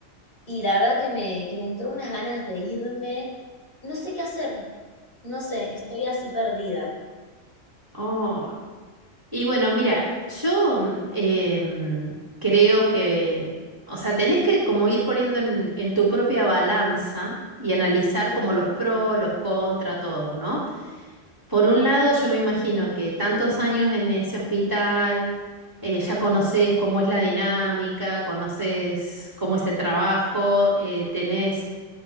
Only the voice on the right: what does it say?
Oh, Y bueno, mira, yo mm, em, creo que, o sea, tenés que como ir poniendo en, en tu propia balanza y analizar como los pros, los contra, todo, ¿no? Por un lado, yo me imagino que tantos años en ese hospital, eh, ya conoces cómo es la dinámica, conoces cómo es el trabajo, eh, tenés